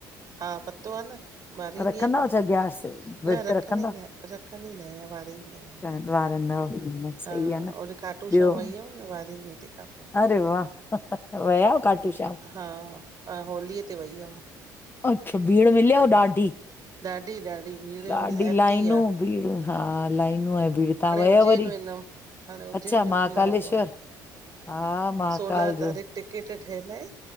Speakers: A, on the right (about 40°); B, on the left (about 20°).
A: हा पतो आहे न ॿारींदी
B: रखंदा
A: आहियां
B: आहियो
A: न
B: छा ग्यारस विर्त
A: न रखंदी
B: रखंदा
A: न रखंदी न आहियां ॿारींदी आहियां
B: आहियो? वारंदा आहियो सही
A: हा
B: आ न।
A: ओॾे खाटू
B: ॿियो
A: श्याम वई हुयमि न वारंदी ते खां पोइ
B: अरे वाह विया हो खाटू श्याम?
A: हा होलीअ ते वई हुअमि।
B: अच्छा, भीड़ मिलेव ॾाढी?
A: ॾाढी ॾाढी भीड़
B: ॾाढी
A: उते रहदीं
B: लाइनूं
A: आहे।
B: भीड़ हा लाइनूं ऐं भीड़, तव्हां विया
A: उज्जैन
B: वरी?
A: वेंदमि हाणे उज्जैन
B: अच्छा
A: जो
B: माहाकालेश्वर,
A: बुलाओ आ
B: हा महाकाल
A: सोलहां तारीख़
B: जो
A: टिकेट ठहियलु आहे।